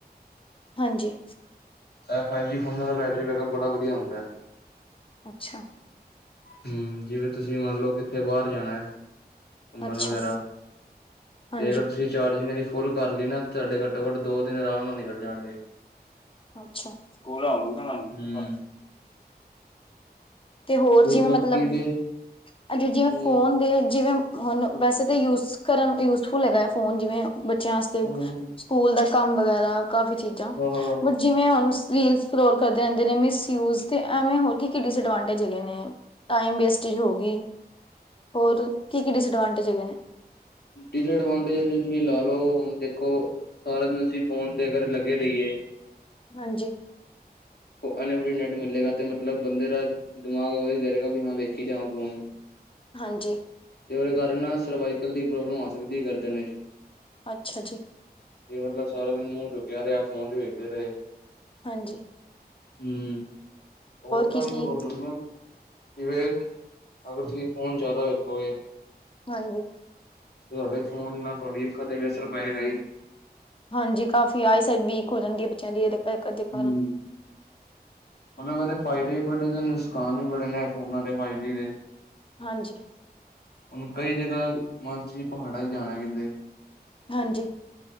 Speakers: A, on the left; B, on the left.
A: ਹਾਂਜੀ
B: ਇਹ ਫਾਈਵ ਜੀ ਫੋਨਾਂ ਦਾ ਬੈਟਰੀ ਬੈਕਅਪ ਬੜਾ ਵਧੀਆ ਹੁੰਦਾ ਏ।
A: ਅੱਛਾ
B: ਹਮ, ਜਿਵੇਂ ਤੁਸੀ ਮੰਨ ਲਓ ਕਿੱਥੇ ਬਾਹਰ ਜਾਣਾ ਹੈ। ਘੁੰਮਣ
A: ਅੱਛਾ
B: ਵਗੈਰਾ
A: ਹਾਂਜੀ
B: ਤੇ ਅਗਰ ਤੁਸੀ ਚਾਰਜਿੰਗ ਵਾਲੀ ਫੁੱਲ ਕਰ ਲਈ ਨਾ, ਤੁਹਾਡੇ ਘੱਟੋ ਘੱਟ ਦੋ ਦਿਨ ਆਰਾਮ ਨਾਲ ਨਿਕਲ ਜਾਣਗੇ।
A: ਅੱਛਾ, ਕੋਹਰਾ ਹੁੰਦਾ ਏ
B: ਹੂੰ
A: ਬਸ। ਤੇ ਹੋਰ ਜਿਵੇਂ
B: ਬਾਕੀ
A: ਮਤਲਬ,
B: ਇਹਦੇ
A: ਅਤੇ ਜਿਵੇਂ
B: ਹੂੰ
A: ਫੋਨ ਦੇ ਜਿਵੇਂ ਹੁਣ ਵੈਸੇ ਤੇ ਯੂਜ਼ ਕਰਨ, ਯੂਜਫੁਲ ਹੈਗਾ ਏ ਫੋਨ ਜਿਵੇਂ। ਬੱਚਿਆਂ ਵਾਸਤੇ
B: ਹੂੰ
A: ਸਕੂਲ ਦਾ। ਕੰਮ ਵਗੈਰਾ। ਕਾਫੀ ਚੀਜਾਂ
B: ਹਾਂ ਹਾਂ
A: ਬਟ ਜੇ ਮੈਂ ਉਸ ਰੀਲ ਸਕਰੋਲ ਕਰਦੇ ਰਹਿੰਦੇ ਨੇ ਮਿਸਯੂਜ, ਤੇ ਐਵੇਂ ਹੋਰ ਕੀ-ਕੀ ਡਿਸਐਡਵਾਂਟ ਟੇਜਾਂ ਨੇਂ ਟਾਈਮ ਵੇਸਟ ਹੋਰਿ ਹੋ ਗਈ, ਹੋਰ ਕੀ-ਕੀ ਡਿਸਡਵਾਂਟੇਂਜ ਹੈਗੇ ਨੇ।
B: ਡਿਸਐਡਵਾਂਟੇਜ ਤਾਂ ਬਈ ਤੁਸੀ ਲਾ ਲਓ, ਹੁਣ ਦੇਖੋ ਸਾਰਾ ਦਿਨ ਅਸੀ ਫੋਨ ਤੇ ਅਗਰ ਲੱਗੇ ਰਹੀਏ।
A: ਹਾਂਜੀ
B: ਅਨਲਿਮਿਟੇਡ ਨੇਟ ਮਿਲੇਗਾ, ਤੇ ਮਤਲਬ ਬੰਦੇ ਦਾ ਦਿਮਾਗ ਓਵੇਂ ਹੀ ਬਈ ਮੈਂ ਵੇਖੀ ਜਾਵਾਂ ਫੋਨ।
A: ਹਾਂਜੀ
B: ਤੇ ਉਹਦੇ ਕਾਰਨ ਨਾ ਸਰਵਾਈਕਲ ਦੀ ਪ੍ਰੋਬਲਮ ਹੋ ਸਕਦੀ ਏ ਗਰਦਨ ਵਿੱਚ,
A: ਅੱਛਾ ਜੀ
B: ਬਈ ਮਤਲਬ ਸਾਰਾ ਦਿਨ ਮੂੰਹ ਚੁੱਕਿਆ ਰਿਹਾ ਫੋਨ ਚ ਵੇਖਦੇ ਰਹੇ
A: ਹਾਂਜੀ
B: ਹਮ ਹੋਰ ਟਾਈਮ
A: ਕੀ ਕੀ
B: ਵੀ ਆਉਂਦੇ ਹੋਨੇਂ। ਜਿਵੇਂ ਕਿ ਅਗਰ ਤੁਸੀ ਫੋਨ ਜਿਆਦਾ ਹੋਵੇ।
A: ਹਾਂਜੀ।
B: ਤੁਹਾਡੇ ਫੋਨ ਨਾਲ ਤੁਹਾਡੀ ਅੱਖਾਂ ਤੇ ਵੀ ਅਸਰ ਪਏਗਾ ਜੀ।
A: ਹਾਂਜੀ ਕਾਫੀ ਆਈ ਸਾਈਡ ਵੀਕ ਹੋ ਜਾਂਦੀ ਹੈ ਬੱਚਿਆਂ ਦੀ, ਇਹਦੇ। ਇਕ ਦੇ ਕਾਰਨ।
B: ਹੂੰ, ਮਤਲਬ ਇਹਦੇ ਫਾਇਦੇ ਵੀ ਬੜੇ ਨੇਂ, ਨੁਸਕਾਨ ਵੀ ਬੜੇ ਨੇ ਫੋਨਾਂ ਦੇ ਫਾਈਵ ਜੀ ਦੇ।
A: ਹਾਂਜੀ
B: ਹੁਨ ਕਈ ਜਗਾਹ। ਮਨ ਛੀ, ਪਹਾੜਾਂ ਤੇ ਜਾਣਾ ਕਿਤੇ।
A: ਹਾਂਜੀ